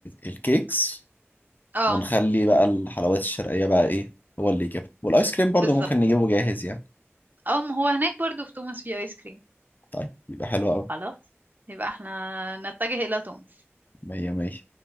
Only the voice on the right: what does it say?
اه
بالظبط
اه ما هو هناك برضو في توماس في ايس كريم
خلاص يبقى احنا نتجه إلى تونس